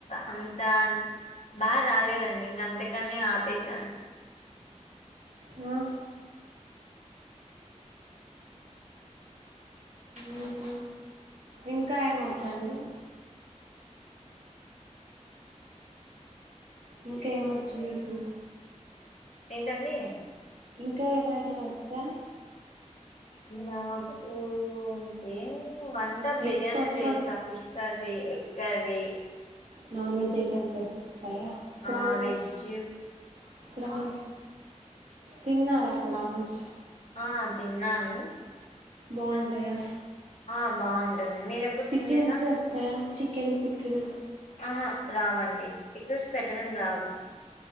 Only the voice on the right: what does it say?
ఆ మ్మ్. ఇంకా ఏమొచ్చండి. ఇంకా ఏమొచ్చు మీకు.
ఇంకా ఏమైనా వచ్చా
ఎగ్ పఫ్
Non veg items వస్త్. ఫ్రాన్స్
ప్రాన్స్. తిన్నారా ప్రాన్స్.
బాగుంటాయా.
పికిల్స్
వస్తాయా చికెన్ పికిల్.